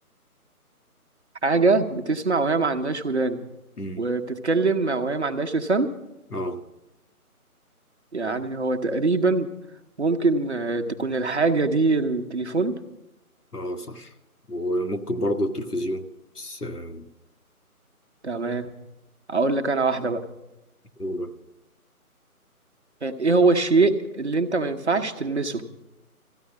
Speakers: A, on the right; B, on the left.
A: حاجة بتسمع وهي ما عندهاش ودان
B: مم.
A: وبتتكلم وهي ما عندهاش لسان
B: اه
A: يعني هو تقريبا ممكن آه، تكون الحاجة دي التليفون
B: اه صح وممكن برضه التلفزيون بس آه،
A: تمام اقول لك انا واحدة بقى
B: أولى
A: يعني ايه هو الشيء اللي انت ما ينفعش تلمسه